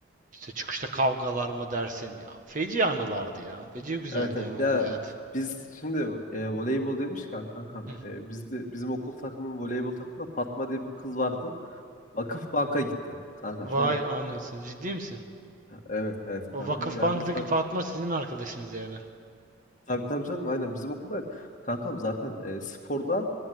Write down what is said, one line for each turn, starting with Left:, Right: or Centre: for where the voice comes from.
Right: İşte çıkışta kavgalar mı dersin? Ya, feci anılardı ya. Feci güzeldi
Left: Evet evet.
Right: yani
Left: Ya
Right: okul hayatı.
Left: biz şimdi e, voleybol demişken kankam
Right: Hı.
Left: e, bizde bizim okul takımının voleybol takımında Fatma diye bir kız vardı. Vakıf Bank'a gitti. Kanka
Right: Vay
Left: şu an
Right: anasını.
Left: e,
Right: Ciddi misin?
Left: evet evet kankam
Right: O Vakıfbank'taki
Left: yani şu an
Right: Fatma sizin arkadaşınız yani.
Left: tabii tabii canım aynen bizim okulda kankam zaten e, sporda